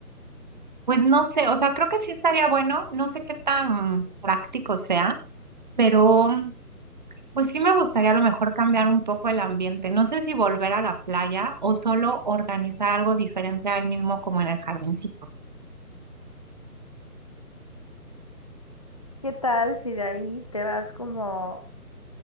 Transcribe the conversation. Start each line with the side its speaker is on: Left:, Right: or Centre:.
Right: Pues no sé, o sea, creo que sí estaría bueno, no sé qué tan práctico sea, pero... Pues sí me gustaría a lo mejor cambiar un poco el ambiente. No sé si volver a la playa o solo organizar algo diferente al mismo como en el jardincito.
Left: ¿Qué tal si de ahí te vas como,